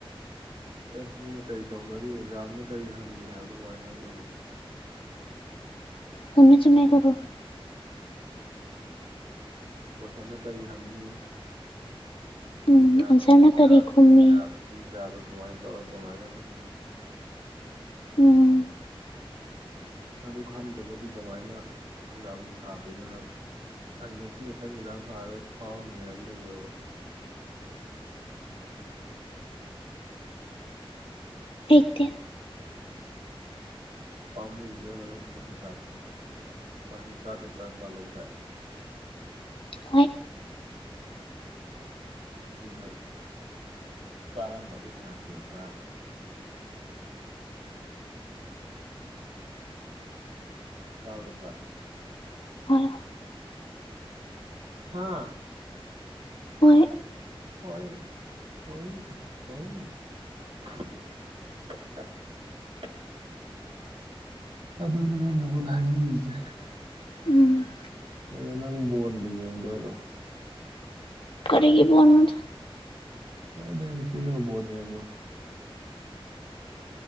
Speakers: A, on the right; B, on the left.
A: ꯑꯦ ꯃꯤꯅ ꯀꯔꯤ ꯇꯧꯅꯔꯤ ꯑꯦꯛꯖꯥꯝꯅ ꯀꯔꯤ ꯍꯪꯉꯤ ꯍꯥꯏꯕꯗꯣ ꯀꯃꯥꯏꯅ ꯈꯪꯗꯣꯏꯅꯣ
B: ꯆꯨꯝꯃ‌ꯦ ꯆꯨꯝꯃ‌ꯦ ꯗꯨꯕꯨ
A: ꯀꯣꯏꯁꯟꯗ ꯀꯔꯤ ꯍꯪꯉꯤ ꯄꯨꯡ
B: ꯎꯝ
A: ꯀꯌꯥꯗꯣ
B: ꯑꯟꯁꯔꯅ
A: ꯄꯨꯡ ꯀꯌꯥ
B: ꯀꯔꯤ ꯈꯨꯝꯃꯤ
A: ꯄꯨꯡ ꯀꯌꯥꯗ ꯐꯨꯡ ꯀꯌꯥꯗ ꯀꯃꯥꯏꯅ ꯇꯧꯔꯒ ꯀꯃꯥꯏꯅ ꯀ‌ꯣꯏꯁꯟꯁꯤ ꯈꯨꯝꯒꯅꯤ
B: ꯎꯝ
A: ꯑꯗꯨ ꯈꯪꯗ꯭ꯔꯒꯗꯤ ꯀꯃꯥꯏꯅ ꯑꯦꯛꯖꯥꯝꯗꯣ ꯊꯥꯗꯣꯏꯅꯣ ꯍꯥꯏꯕ ꯑꯩ ꯉꯁꯤ ꯈꯛꯇꯪ ꯑꯦꯛꯖꯥꯝ ꯊꯥꯔꯦ ꯑꯗꯨ ꯐꯥꯎꯔꯅꯤ ꯍꯥꯏꯕ ꯂꯩꯕ꯭ꯔꯕ
B: ꯂꯩꯇ‌ꯦ
A: ꯄꯥꯝꯃꯨꯗꯔꯕ ꯅꯪ ꯇꯨꯏꯁꯟ ꯄꯩꯁꯥꯗꯨꯅ ꯍ‌ꯦꯟꯅ ꯂꯤꯁꯤꯡ ꯇꯔꯥꯇꯔ‌ꯦꯠ ꯇꯔꯥꯅꯤꯄꯥꯟ ꯂꯧꯗꯥꯏ
B: ꯍ‌ꯣꯏ
A: ꯑꯗꯨꯅ ꯆꯥꯔꯝꯕꯅ ꯐꯅꯌꯝ ꯆꯥꯅꯤ ꯆꯥꯔ‌ꯣꯏꯇ꯭ꯔ
B: ꯍꯣꯏ
A: ꯍꯥꯥ
B: ꯍꯣꯏ
A: ꯍ‌ꯣꯏ ꯍ‌ꯣꯏ ꯍ‌ꯣꯏ <unintelligible> ꯑꯗꯨꯅꯤ ꯑꯩꯅ ꯅꯪꯉ‌ꯣꯟꯗ ꯍꯥꯏꯅꯤꯡꯉꯤꯁꯤ
B: ꯎꯝ
A: ꯀꯩꯅꯣ ꯅꯪ ꯕꯣꯟꯗ ꯌꯦꯡꯗꯣꯏꯔꯣ
B: ꯀꯔꯤꯒꯤ ꯕ‌ꯣꯟꯅꯣꯗ
A: ꯍ‌ꯣꯏꯗ ꯅꯨꯄꯤꯅꯕꯨ ꯕ‌ꯣꯜ ꯌ‌ꯦꯡꯕꯔ